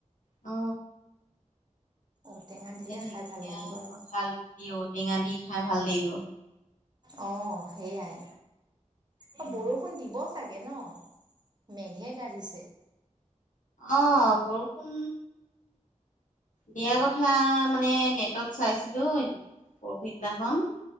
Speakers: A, on the left (about 80°); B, on the right (about 35°).
A: অ,
B: ঔটেঙা দিলে
A: এয়া ঢেকীয়া
B: খাই ভাল লাগিব আৰু।
A: কঁঠাল গুটি ঔটেঙা দি খাই ভাল লাগিব।
B: অ, সেইয়াই।
A: উম
B: অ, বৰষুণ দিব চাগে ন? মেঘে গাজিছে।
A: আহ, বৰষুন দিয়া কথা মানে, নেটত চাইছিলোঁ পৰহিদিনাখন